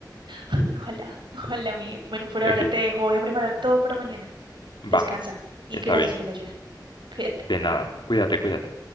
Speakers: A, on the right (about 85°); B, on the left (about 75°).
A: Ay, ojalá, <laughs> ojalá, Miguel. Bueno, por
B: Ok,
A: ahora te dejo, voy a preparar todo para mañana.
B: va,
A: Descansa y
B: está
A: gracias
B: bien.
A: por la ayuda. Cuídate.
B: De nada, cuídate, cuídate.